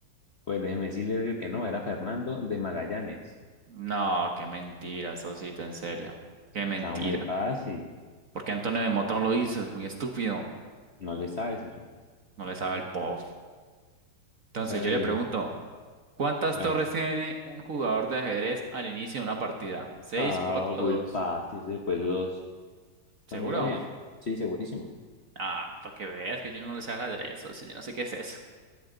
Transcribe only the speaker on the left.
Pues déjeme decirle que no, era Fernando de Magallanes.
Estaba muy fácil.
No le sabes. oye.
Eh,
ah,
ah,
muy
fácil. Después dos. Está
muy obvia. Sí, segurísimo.